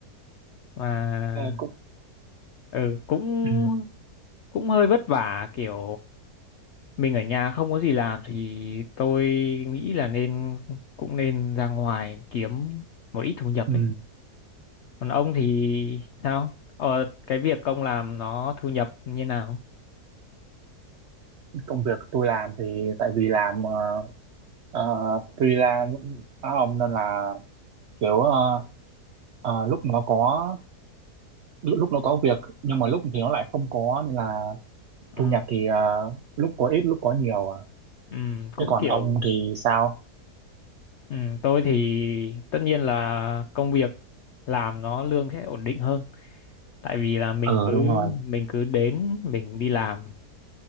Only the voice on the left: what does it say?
Mà
ừ, cũng
cũng hơi vất vả kiểu mình ở nhà không có gì làm thì tôi nghĩ là nên cũng nên ra ngoài kiếm một ít thu nhập
ấy. Còn ông thì sao? Ờ, cái việc ông làm nó thu nhập như nào?
Ờ,
ừm, cũng
kiểu
ừm, tôi thì tất nhiên là công việc làm nó lương sẽ ổn định hơn. Tại vì là mình
cứ
mình cứ đến mình đi làm,